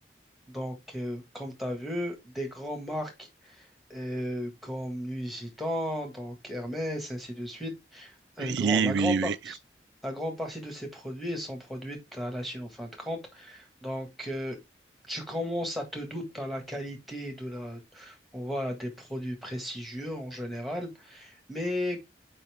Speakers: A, in the centre; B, on the right.
A: Donc, euh, comme tu as vu, des grandes marques euh, comme Nuit Gitan, donc Hermès, ainsi de suite. Et
B: Oui,
A: le grand- la
B: oui,
A: grande
B: oui.
A: partie, la grande partie de ces produits sont produits à la Chine en fin de compte. Donc, euh, tu commences à te douter à la qualité de la, on voit des produits prestigieux en général, mais